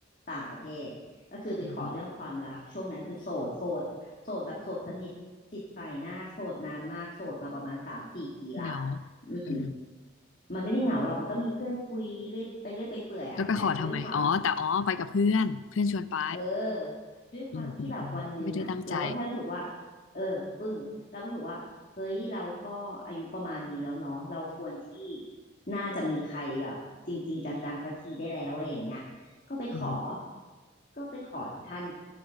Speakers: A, on the left; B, on the left.
A: ต่างประเทศก็คือไปขอเรื่องความรักช่วงนั้นคือโสดโสดโสดแบบโสดสนิทติดใส่หน้าโสดนานมากโสดมาประมาณสามสี่ปีละ
B: อืมเหงา
A: อืม
B: เออ
A: มันไม่ได้เหงาหรอกมันก็มีเพื่อนคุยเรื่อยไปเรื่อยไปเปื่อยอะแต่ด้วยความ
B: แล้วไปขอทำไม อ๋อ แต่อ๋อ ไปกับเพื่อน เพื่อนชวนไป
A: เออด้วยความที่แบบวันหนึ่งอะเราก็แค่รู้สึกว่า
B: อืมอืมอืมไม่ได้ตั้งใจ
A: เออปึ้งเราก็รู้สึกว่าเฮ้ยเราก็อายุประมาณนี้แล้วเนาะเราควรที่น่าจะมีใครแบบจริงๆจังๆสักทีได้แล้วอะไรอย่างเงี้ยก็ไปขอ
B: อืม
A: ก็ไปขอท่าน